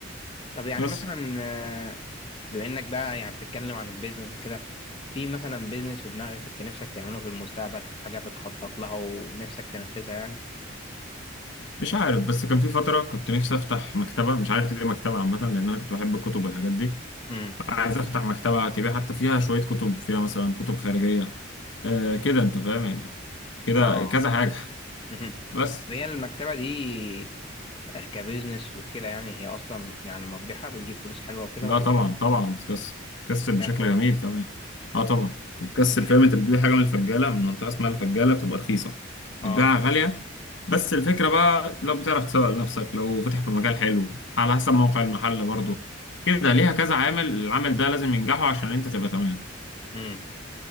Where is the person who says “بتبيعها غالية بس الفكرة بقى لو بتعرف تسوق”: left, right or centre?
Left